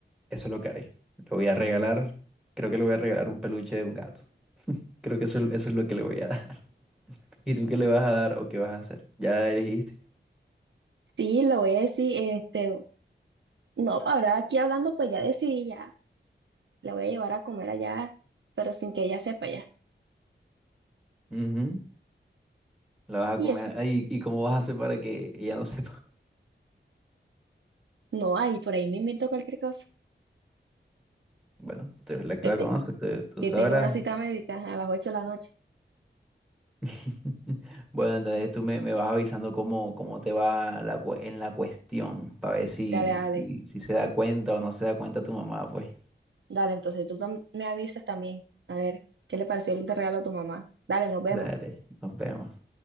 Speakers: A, in the centre; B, on the right.
A: eso es lo que haré. Lo voy a regalar, creo que le voy a regalar un peluche de un gato. Creo que eso, eso es lo que le voy a dar. <laughs> ¿Y tú qué le vas a dar o qué vas a hacer? Ya elegiste.
B: Sí, le voy a decir, este, no, ahora aquí hablando, pues ya decidí, ya, la voy a llevar a comer allá, pero sin que ella sepa ya.
A: Ujú, La vas
B: Y
A: a comer.
B: eso,
A: Ay, ¿y cómo vas a hacer para que ella no <laughs> sepa?
B: no hay, por ahí me invito cualquier cosa.
A: Bueno, tú eres la que
B: Este,
A: la conoce, tú, tú
B: que
A: sabrás.
B: tengo una cita médica a las 8 de la noche.
A: <laughs> Bueno, entonces tú me, me vas avisando cómo, cómo te va la, cue- en la cuestión, para ver si,
B: Dale, dale,
A: si, si se da cuenta o no se da cuenta tu mamá, pues.
B: dale, entonces tú tam- me avisas también. A ver, ¿qué le pareció el regalo a tu mamá? Dale, nos vemos.
A: Dale, nos vemos.